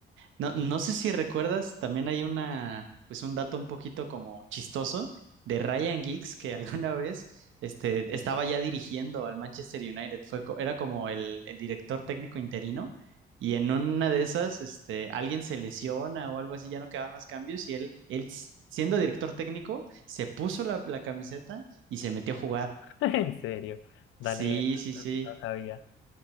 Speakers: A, on the right; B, on the left.
A: No, no sé si recuerdas, también hay una, pues un dato un poquito como chistoso de Ryan Giggs que <laughs> alguna vez este, estaba ya dirigiendo al Manchester United. Fue, co- era como el, el director técnico interino y en una de esas este, alguien se lesiona o algo así, ya no quedaban más cambios y él, él s- siendo director técnico se puso la, la camiseta y se metió a jugar.
B: <laughs> en serio, dale,
A: Sí, sí,
B: no
A: sí
B: sabía,